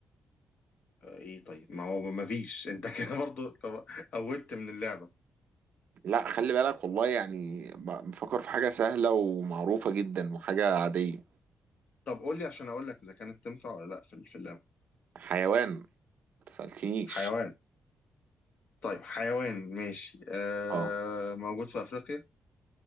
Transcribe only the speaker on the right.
لا خلي بالك والله يعني ب- بفكر في حاجة سهلة ومعروفة جدا وحاجة عادية
حيوان ما تسألتنيش
اه